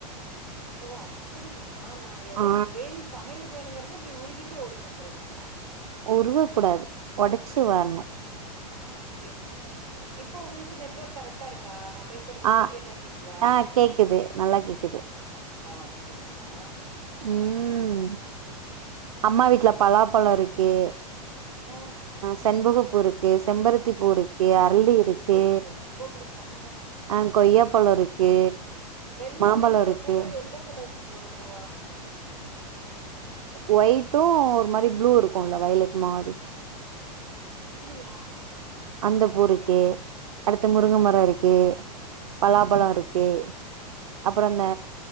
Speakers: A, on the right; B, on the right.
A: ஓ அப்புடியா நா எல
B: ஆ
A: வேண் சமையலுக்கு வேணுங்க க்குவே இப்பிடி உருகிட்டு ஓடி வந்துருவே
B: உருவ கூடாது ஒடச்சு வர்ணு
A: ஓகே இப்ப உங்களுக்கு நெட்ஒர்க் கரெக்ட்டா இருக்கா நா பேசுறது இமீடியட்டா
B: ஆ
A: கேக்குதா
B: ஆ கேக்குது நல்லா கேக்குது
A: பாத்தீங்களா
B: ம்
A: ச்
B: அம்மா வீட்ல பலாப்பழொ இருக்கு
A: ம்
B: செண்பகப்பூருக்கு செம்பருத்திப்பூ இருக்கு
A: ஐயோ இது
B: அரளி
A: ரெண்டுமே
B: இருக்கு
A: எனக்கு ரொம்ப புடிக்கு ம்
B: அஹ் கொய்யாப் ப்பழொ இருக்கு
A: வெள்ள
B: மாம்பழோ
A: ஷெண்பக
B: இருக்கு
A: பூவா எல்லோ கலர் செண்பக பூவா
B: ஒய்ட்டும் ஒரு மாரி ப்ளூ இருக்குல்ல வய்லட் மாரி
A: அப்புடியா
B: அந்த பூருக்கு அடுத்து முருங்க மரொ
A: ஆ
B: இருக்கு பலாபழொ இருக்கு அப்பறொ இந்த